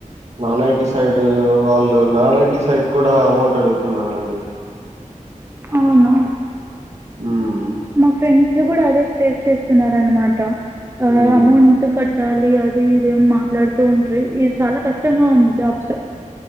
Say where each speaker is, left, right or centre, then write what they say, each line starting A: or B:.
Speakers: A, on the right (about 55°); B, on the right (about 20°).
A: నాన్ ఐటీ సైడ్ వాళ్ళు నాన్ ఐటి సైడ్ కూడా అమౌంట్ అడుగుతున్నారండి
B: అవున
A: హ్మ్
B: మా ఫ్రెండ్స్ కూడా అదే చె చేస్తున్నార అనమాట అ
A: మ్మ్
B: అమౌంట్ కట్ తలి అది ఇది అని మాట్లాడుతూ ఉంట్రి ఇది చాలా కష్టంగా ఉంది జాబ్స్